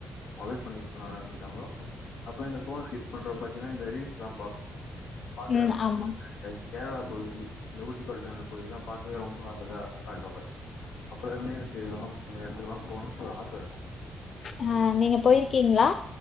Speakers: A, on the left (about 80°); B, on the left (about 60°).
A: மொபைல் ஃபோன் யூஸ் பண்ண ஆரம்பிச்சாங்களோ அப்ப இந்த ஃபோன் யூஸ் பண்ற பாத்தீங்கன்னா இந்த ரீல்ஸ்ல்லா பாப் பாக்குறப்ப
B: ம். ஆமா.
A: கேரளா பகுதி இந்த ஊட்டி கொடைக்கானல் பகுதில்லா பாக்கவே ரொம்ப ஒரு இத காட்டுவாங்க அப்பலருந்தே எனக்கு இத்தல இந்த மாரி எடத்துக்குல்லா போணுட்டு ஒரு ஆசருக்கு
B: ஆ நீங்க போய்ருக்கீங்ளா